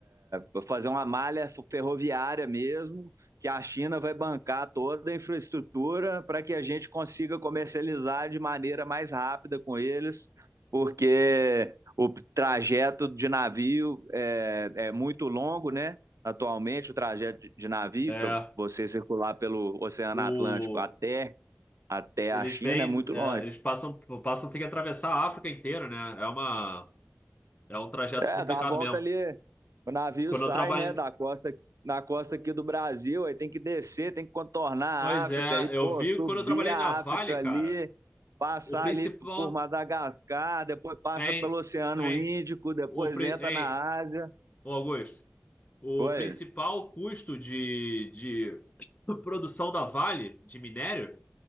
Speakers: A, on the right; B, on the left.
A: Vai fazer uma malha ferroviária mesmo, que a China vai bancar toda a infraestrutura para que a gente consiga comercializar de maneira mais rápida com eles, porque o trajeto de navio é, é muito longo, né? Atualmente, o trajeto de navio
B: É.
A: para você circular pelo Oceano
B: O.
A: Atlântico até, até
B: Eles
A: a China
B: vêm,
A: é muito longe.
B: é, eles passam, passam, tem que atravessar a África inteira, né? É uma, é um trajeto
A: É,
B: complicado
A: dá a volta
B: mesmo.
A: ali, o navio
B: Quando
A: sai,
B: eu trabalhei,
A: né, da costa, na costa aqui do Brasil, aí tem que descer, tem que contornar a
B: pois
A: África,
B: é,
A: aí,
B: eu
A: pô,
B: vi
A: subir
B: quando eu trabalhei
A: a
B: na Vale,
A: África ali,
B: cara,
A: passar
B: o principal,
A: ali por Madagascar, depois passa
B: hein,
A: pelo Oceano
B: hein,
A: Índico, depois
B: o, pri-
A: entra
B: hein,
A: na Ásia.
B: ô Augusto, o
A: Oi,
B: principal custo de, de <laughs> produção da Vale de minério